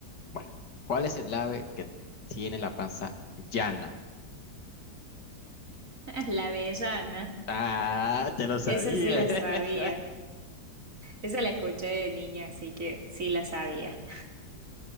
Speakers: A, on the left; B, on the right.
A: Bueno, ¿cuál es el ave que tiene la panza llana?
B: La avellana.
A: Ah, te lo sabía.
B: Esa sí la
A: <laughs>
B: sabía. Esa la escuché de niña, así que sí la sabía.